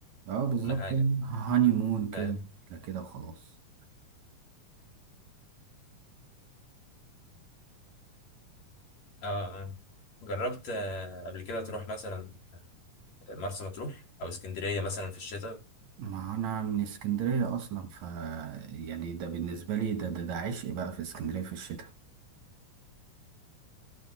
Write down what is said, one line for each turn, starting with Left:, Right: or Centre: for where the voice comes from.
Right: اه بالظبط
Left: ولا حاجة
Right: هاني مون كده
Left: فاهم
Right: لا كده وخلاص
Left: اه اه جربت آه، قبل كده تروح مثلا مرسى مطروح أو اسكندرية مثلا في الشتاء
Right: ما انا من اسكندرية اصلا ف يعني ده بالنسبة لي ده ده, ده عشق بقى في اسكندرية في الشتاء